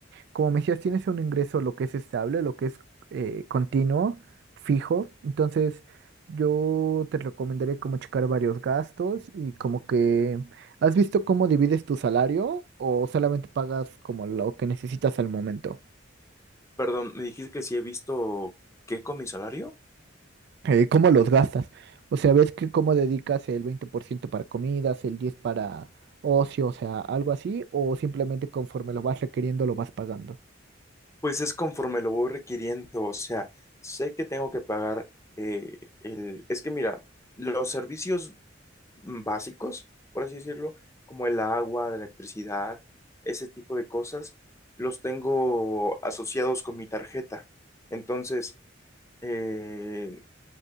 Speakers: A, on the right; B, on the left.
A: como me decías, tienes un ingreso lo que es estable, lo que es eh, continuo, fijo. Entonces, yo te recomendaría como checar varios gastos y como que, ¿has visto cómo divides tu salario o solamente pagas como lo que necesitas al momento?
B: Perdón, me dijiste que si he visto qué con mi salario.
A: eh, cómo los gastas. O sea, ves que cómo dedicas el 20% para comidas, el 10 para ocio, o sea, algo así, o simplemente conforme lo vas requiriendo lo vas pagando.
B: Pues es conforme lo voy requiriendo, o sea, sé que tengo que pagar eh, el... Es que mira, los servicios básicos, por así decirlo, como el agua, la electricidad, ese tipo de cosas, los tengo asociados con mi tarjeta. Entonces, eh,